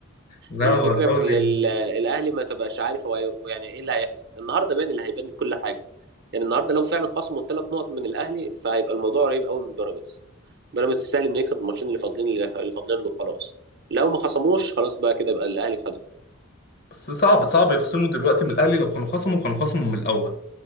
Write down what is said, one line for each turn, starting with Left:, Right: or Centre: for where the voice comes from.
Left: لا
Right: الفكرة
Left: هو الدوري
Right: في إن ال- الأهلي ما تبقاش عارف هو هي- يعني إيه اللي هيحصل النهاردة باين اللي هيبان كل حاجة يعني النهاردة لو فعلا خصموا الثلاث نقط من الأهلي فهيبقى الموضوع قريب قوي من بيراميدز بيراميدز سهل إنه يكسب الماتشين اللي فاضلين اللي فاضلين له خلاص لو ما خصموش خلاص بقى كده بقى الأهلي خده
Left: بس صعب صعب يخصموا دلوقتي من الاهلي لو كانوا خصموا كانوا خصموا من الاول